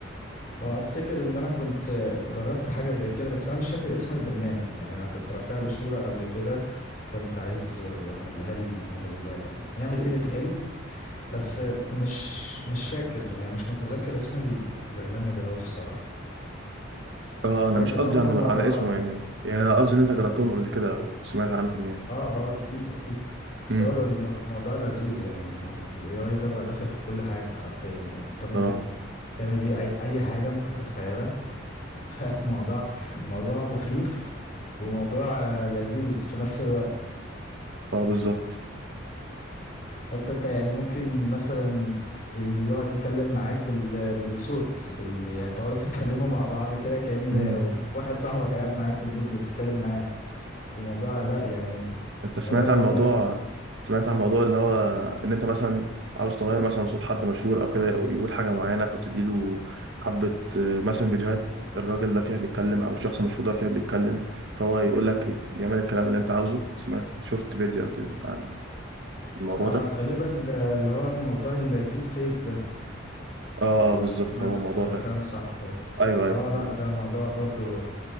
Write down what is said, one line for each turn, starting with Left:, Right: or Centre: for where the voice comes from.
Left: هو افتكر ان انا كنت جربت حاجة زي كده بس انا مش فاكر اسم البرنامج يعني انا كنت رافع له صورة قبل كده كنت عايزه يعملها لي يعمل يعمل ايديت حلو بس مش مش فاكر يعني مش متذكر اسم البرنامج أوي الصراحة
Right: اه
Left: ولكن
Right: انا مش قصدي
Left: هما
Right: عن
Left: الموضوع
Right: على اسمه يعني يعني انا قصدي ان انت جربتهم قبل كده او سمعت عنهم يعني
Left: اه اه اكيد اكيد بس
Right: امم
Left: هو الم- الموضوع لذيذ يعني الموض- ال AI ده بقى داخل في كل حاجة حرفيا يعني انت ممكن
Right: اه
Left: تعمل بيه اي اي حاجة ممكن تتخيلها <laughs> الموضوع موضوع مخيف وموضوع آه، لذيذ في نفس الوقت
Right: اه بالظبط
Left: حتى انت يعني ممكن مثلا يقعد يتكلم معاك بال... بالصوت بال... يعني تقعدوا تتكلموا مع بعض كده كأن
Right: امم
Left: واحد صاحبك قاعد معاك في البيت بيتكلم معاه في موضوع لا يعني
Right: انت سمعت
Left: موضوع جميل
Right: عن موضوع
Left: قوي
Right: سمعت عن موضوع اللي هو ان انت مثلا عاوز تغير مثلا صوت حد مشهور او كده أو يقول حاجه معينه فبتدي له حبه آه، مثلا فيديوهات الراجل ده فيها بيتكلم او الشخص المشهور ده فيها بيتكلم فهو يقول لك يعمل الكلام اللي انت عاوزه سمعت شفت فيديو او كده عن الموضوع ده
Left: آه غالبا ده اللي هو موضوع الديب فيك ده
Right: اه
Left: لو
Right: بالظبط
Left: انا
Right: هو
Left: ف-
Right: الموضوع
Left: فاهم
Right: ده
Left: صح يعني
Right: ايوه
Left: اه
Right: ايوه
Left: لا
Right: هو
Left: ده موضوع برضو